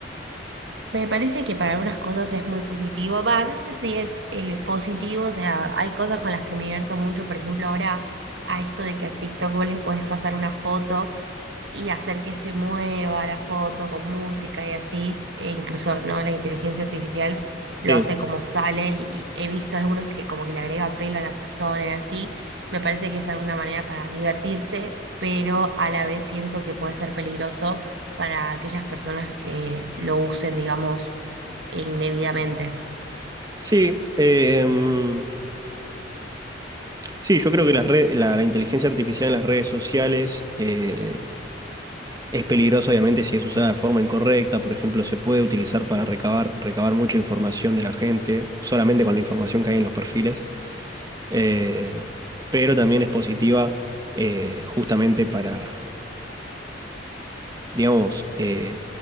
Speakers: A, on the right; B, on the right.
A: Me parece que para algunas cosas es muy positivo. Va, no sé si es eh, positivo, o sea, hay cosas con las que me divierto mucho, por ejemplo, ahora a esto de que a TikTok vos le podés pasar una foto y hacer que se mueva la foto con música y así, e incluso no la inteligencia artificial lo
B: Sí,
A: hace como sale y he visto algunos que como que le agrega pelo a las personas y así, me parece que es alguna manera para divertirse, pero a la vez siento que puede ser peligroso para aquellas personas que lo usen, digamos, indebidamente.
B: sí, em, sí, yo creo que las red- la, la inteligencia artificial en las redes sociales eh, Es peligroso, obviamente, si es usada de forma incorrecta. Por ejemplo, se puede utilizar para recabar, recabar mucha información de la gente, solamente con la información que hay en los perfiles. Eh, pero también es positiva eh, justamente para, digamos, eh,